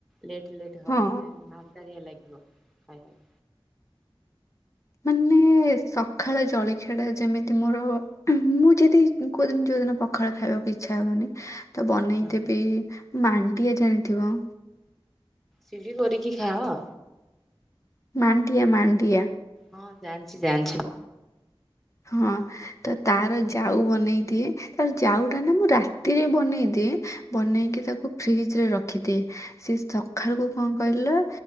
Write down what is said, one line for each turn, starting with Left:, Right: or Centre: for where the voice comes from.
Centre: ଲେଟ୍ ଲେଟ୍ ହବ
Left: ହଁ
Centre: ମାନେ ମାଦାଲିଆ ଲାଗିବ ଖଇବା।
Left: ମାନେ ସକାଳ ଜଳିଖିଆଟା ଯେମିତି ମୋର ମୁଁ ଯଦି କୋଉଦିନ ଯୋଉଦିନ ପଖାଳ ଖାଇବାକୁ ଇଛା ହବନି ତ ବନେଇ
Centre: ହୁଁ
Left: ଦେବି ମଣ୍ଡିଆ ଜାଣିଥିବ?
Centre: ଚିଲି କରିକି ଖାଅ?
Left: ମାଣ୍ଡିଆ ମାଣ୍ଡିଆ।
Centre: ହଁ ଜାଣିଛି ଜାଣିଛି।
Left: ହଁ ତ ତାର ଜାଉ ବନେଇ ଦିଏ ତାର ଯାଉ ଟା ନା ମୁଁ ରାତି ରାତିରେ ବନେଇଦିଏ ବନେଇକି ତାକୁ ଫ୍ରିଜ ରେ ରଖିଦିଏ। ସେ ସକାଳକୁ କଣ କହିଲ